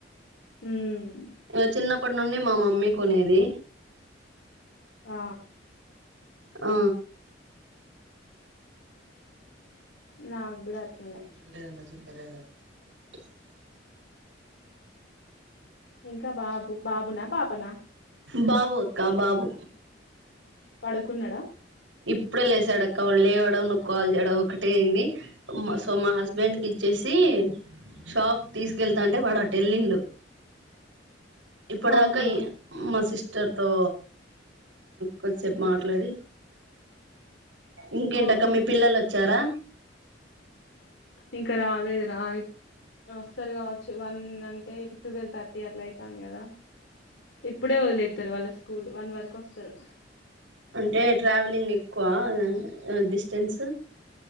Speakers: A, on the left (about 85°); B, on the right (about 90°).
A: ఉమ్
B: ఇ చిన్నప్పటి నుండి మా మమ్మీ కొనేది
A: ఆ
B: అ
A: నా గుడ అట్లనే
B: ఓరేదరే అదా <unintelligible>
A: ఇంకా బాబు బాబునా పాపనా
B: బాబు అక్కా బాబు
A: పడుకున్నాడా
B: ఇప్పుడే లేసాడు అక్క వాళ్ళు లేవ్వడం ను్వు కాల్ చేయడం ఒకటే అన్ని సో మా హస్బెండ్ కి ఇచ్చేసి షాప్ తీసుకెళ్తా అంటే వాడు అటవెళిండు ఇప్పుడుదాకా
A: ఆహా
B: మా సిస్ట మస్టర్ తో కొదిసేపు మాట్లాడి ఇంకేంటక్క
A: ఆహా
B: మీ పిల్లలు వచ్చారా
A: ఇంకా రాలేదు రా వస్తారు కావచ్చు వన్ అంటే ఇప్పుడు ట్వెల్వ్ థర్టీ అట్లా అవుతుంది కదా ఇప్పుడే వదిలేతారు వాళ్ళ స్కూల్ వన్ వరకు వస్తారు
B: అంటే ట్రావెలింగ్ ఎక్కువ డిస్టెన్స్